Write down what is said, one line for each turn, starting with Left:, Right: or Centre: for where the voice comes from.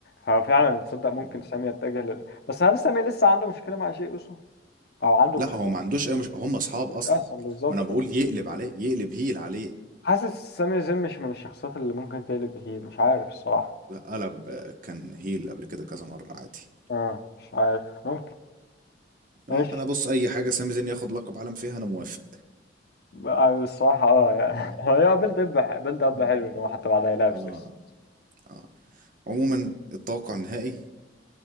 Left: ففعلا تصدق ممكن
Right: مم.
Left: سامي يتجه لل... بس هل سامي لسه عنده مشكله مع شيء اوسو او عنده
Right: لا
Left: مشكله
Right: هو ما
Left: اصلا
Right: عندوش اي مش هم اصحاب
Left: ما كنتش
Right: اصلا
Left: اصلا بالظبط
Right: ما انا
Left: ف-
Right: بقول يقلب عليه يقلب هيل عليه
Left: حاسس سامي زين مش من الشخصيات اللي ممكن تقلب هيل مش عارف الصراحه
Right: لا قلب آه، كان هيل قبل كده كذا مرة عادي
Left: اه مش عارف ممكن ماشي
Right: آه، انا بص اي حاجة سامي زين ياخد لقب عالم فيها انا موافق
Left: بقى الصراحه اه يعني
Right: اه
Left: <laughs> هي بيلد اب بيلد اب
Right: اه
Left: <laughs> حلو ان هو حتى بعدها يلعب
Right: اه
Left: سيس
Right: اه عموما التوقع النهائي